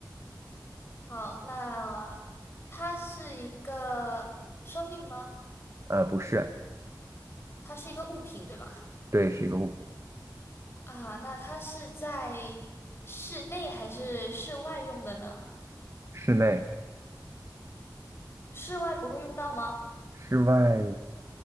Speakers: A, on the left (about 30°); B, on the right (about 40°).
A: 好，那它是一个生命吗？
B: 呃，不是，
A: 它是一个物品，对吧？
B: 对，是一个物，
A: 啊，那它是在室内还是室外用的呢？
B: 室内、
A: 室外不会用到吗？
B: 室外